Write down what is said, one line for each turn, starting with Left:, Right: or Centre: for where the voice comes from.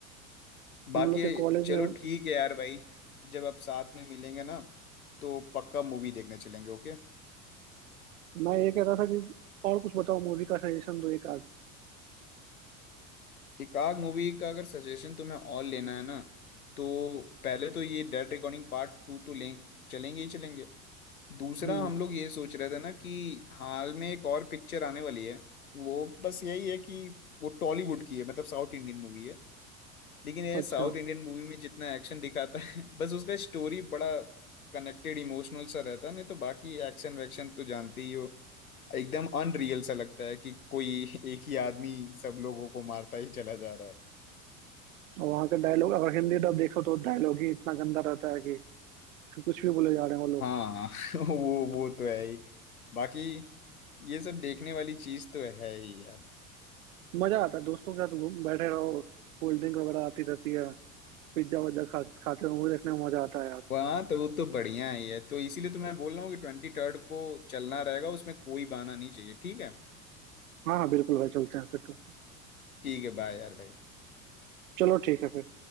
Left: बाकी
Right: हम लोग के कॉलेज
Left: चलो
Right: में
Left: ठीक है यार भाई जब आप साथ में मिलेंगे ना तो पक्का मूवी देखने चलेंगे ओके
Right: मैं ये कह रहा था कि और कुछ बताओ मूवी का सजेशन दो एक आध
Left: एकाग मूवी का अगर सजेशन तुम्हें और लेना है ना तो पहले तो ये डेड रिकॉर्डिंग पार्ट टू तो लें चलेंगे ही चलेंगे दूसरा
Right: हम्म
Left: हम लोग ये सोच रहे थे ना कि हाल में एक और पिक्चर आने वाली है वो बस यही है कि वो टॉलीवुड की है मतलब साउथ इंडियन मूवी है लेकिन ये
Right: अच्छा
Left: साउथ इंडियन मूवी में जितना एक्शन दिखाता है <laughs> बस उसका स्टोरी बड़ा कनेक्टेड इमोशनल सा रहता है नहीं तो बाकी एक्शन वैक्शन तो जानते ही हो एकदम अनरियल सा लगता है कि कोई एक ही आदमी सब लोगों को मारता ही चला जा रहा है
Right: और वहाँ का डायलॉग अगर हिंदी डब देखो तो डायलॉग ही इतना गंदा रहता है कि कुछ भी बोले जा रहे हैं वो लोग
Left: हाँ <laughs> वो वो तो है ही बाकी ये सब देखने वाली चीज तो है ही यार
Right: मजा आता है दोस्तों के साथ घूम बैठे रहो कोल्ड ड्रिंक वगैरह आती रहती है पिज्जा वज्जा खा खाते रहो वो देखने में मजा आता है यार
Left: वहाँ तो वो तो बढ़िया ही है तो इसीलिए तो मैं बोल रहा हूँ कि ट्वेंटी थर्ड को चलना रहेगा उसमें कोई बहाना नहीं चाहिए ठीक है
Right: हाँ हाँ बिल्कुल भाई चलते हैं फिर तो
Left: ठीक है बाय यार भाई
Right: चलो ठीक है फिर